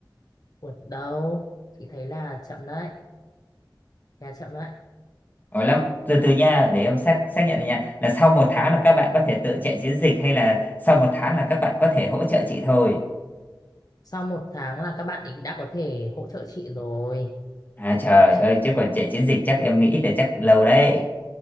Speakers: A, on the left; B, on the left.
A: Ủa đâu chị thấy là chậm đấy khá chậm đấy
B: Ủa lắm, từ từ nha, để em xác xác nhận này nha, là sau một tháng là các bạn có thể tự chạy chiến dịch hay là sau một tháng là các bạn có thể hỗ trợ chị thôi?
A: sau một tháng là các bạn ý đã có thể hỗ trợ chị rồi
B: À trời
A: chị,
B: ơi, chứ còn chạy chiến dịch chắc em nghĩ là chắc lâu đấy.